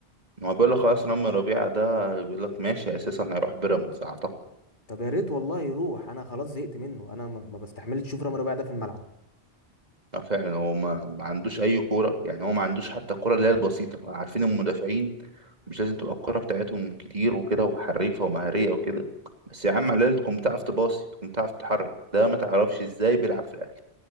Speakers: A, on the right; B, on the left.
A: ما هو بيقول لك خلاص رامي ربيعة ده بيقول لك ماشي اساسا هيروح بيراميدز اعتقد
B: طب يا ريت والله يروح انا خلاص زهقت منه انا ما ما بستحملش اشوف رامي ربيعه ده في الملعب
A: اه فعلا هو ما ما عندوش اي كوره يعني هو ما عندوش حتى الكوره اللي هي البسيطه عارفين المدافعين مش لازم تبقى الكوره بتاعتهم كتير وكده وحريفه ومهاريه وكده بس يا عم على الاقل تكون بتعرف تباصي تكون بتعرف تتحرك ده ما تعرفش ازاي بيلعب في الاهلي